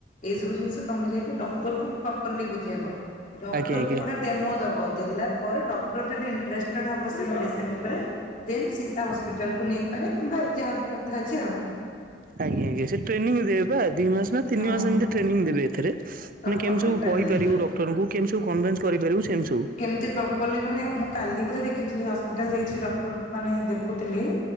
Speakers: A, on the left; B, on the right.
A: ଏଇସବୁ ଜିନିଷ ତମେ ଯାଇକି ଡକ୍ଟରକୁ ପ୍ରପର୍ଲି ବୁଝେଇବ ଡକ୍ଟର୍
B: ଆଜ୍ଞା ଆଜ୍ଞା
A: କୁ ଗୋଟେ ଡେମୋ ଦବ ଦେଲା ପରେ ଡକ୍ଟର୍ ଯଦି ଇଣ୍ଟେର୍ଷ୍ଟେଡ୍ ହବ ସେ ମେଡ଼ିସିନ୍ ଉପରେ ଦେନ୍ ସିଏ ତା ହସ୍ପିଟାଲକୁ ନେଇପାରେ କିମ୍ବା ଯାହାବି କଥା ଅଛି ଆଉ।
B: ଆଜ୍ଞା ଆଜ୍ଞା ସେ ଟ୍ରେନିଂ ଦେବେ ପା ଡିଉ ଦି ମାସେ ନା ତିନି
A: ହଁ।
B: ମାସେ ଏମିତି ଟ୍ରେନିଙ୍ଗ୍ ଦେବେ ଏଥେରେ
A: ପ୍ରପର୍ଲି
B: ମାନେ କେମିତି ସବୁ
A: ଟ୍ରେନିଂ
B: କହିପାରିବୁ ଡକ୍ଟରଙ୍କୁ <unintelligible>
A: କେମିତି ପ୍ର ପଲି ତମେ ମୁଁ କାଲି ବୋଧେ ଦେଖିଥିଲି ହସ୍ପିଟାଲ ଯାଇଥିଲି ଡକ୍ଟର ମାନେ ଦେଖୁଥିଲି